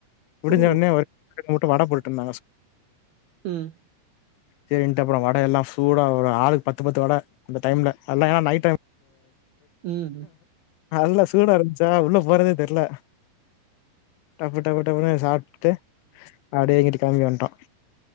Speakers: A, on the left; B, on the right.
A: முடிஞ்ச
B: ஓ!
A: ஒன்னே ஒரு <inaudible> மட்டும் வட போட்டுட்டு இருந்தாங்க
B: ம்.
A: சரின்ட்டு அப்புறம் வட எல்லாம் சூடா ஒரு ஆளுக்கு பத்து பத்து வட அந்த டைம்ல அதல்லா ஏன் நைட் டைம்
B: ம்.
A: ஆ நல்லா சூடா இருன்ச்சி த உள்ள போறதே தெர்ல டப்பு டப்பு டப்புன்னு சாப்ட்டு அப்டே இங்குட்டு கெளம்பி வண்ட்டோம்